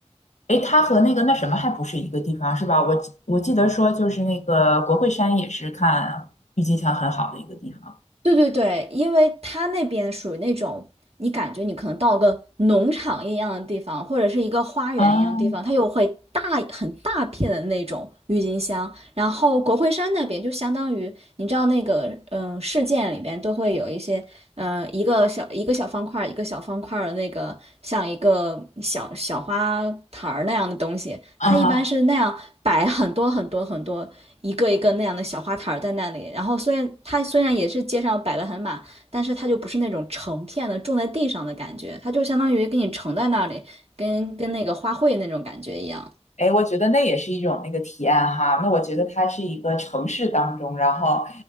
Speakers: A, on the left; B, on the right.
A: 哎，它和那个那什么还不是一个地方是吧？我记我记得说就是那个国会山也是看郁金香很好的一个地方。
B: 对对对，因为它那边属于那种，你感觉你可能到个农场一样的地方，或者是一个花园一样的地方，
A: 啊
B: 它又会大很大片的那种郁金香。然后国会山那边就相当于，你知道那个嗯、呃事件里边都会有一些嗯一个小一个小方块儿一个小方块儿的那个像一个小小花坛儿那样的东西，
A: 啊哈，
B: 它一般是那样摆很多很多很多。一个一个那样的小花坛在那里。然后虽然它虽然也是街上摆的很满，但是它就不是那种成片的种在地上的感觉，它就相当于给你盛在那里，跟跟那个花卉那种感觉一样。
A: 哎，我觉得那也是一种那个体验哈。那我觉得它是一个城市当中，然后